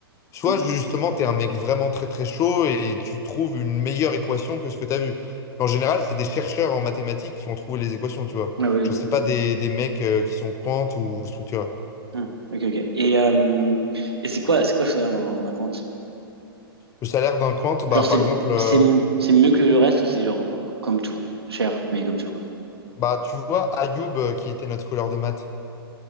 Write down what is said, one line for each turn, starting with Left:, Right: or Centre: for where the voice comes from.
Left: soit
Right: Hmm.
Left: justement, tu es un mec vraiment très très chaud et tu trouves une meilleure équation que ce que tu as vu. En général, c'est des chercheurs en mathématiques qui ont trouvé les équations, tu vois.
Right: Ah oui,
Left: Genre,
Right: oui.
Left: c'est pas des, des mecs euh, qui sont quant ou structurés.
Right: Hmm. Ok, ok. Et euh, et c'est quoi, c'est quoi le salaire d'un d'un compte?
Left: Le salaire d'un compte, bah,
Right: Genre c'est
Left: par exemple, euh,
Right: c'est mieux- c'est mieux que le reste ou c'est genre co- comme tout, cher mais comme tout?
Left: bah, tu vois, Ayoub, euh, qui était notre couleur de maths,